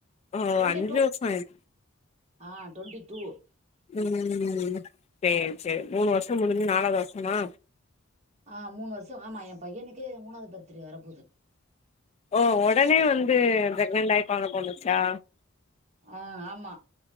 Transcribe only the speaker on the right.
டுவெண்ட்டி
டூ
ஆ டொண்ட்டி டூ
ஆ மூணு வர்ஷோ ஆமா எ பையனுக்கே மூணாவ்து பர்த்டே வர போது.
ஆ ஆமா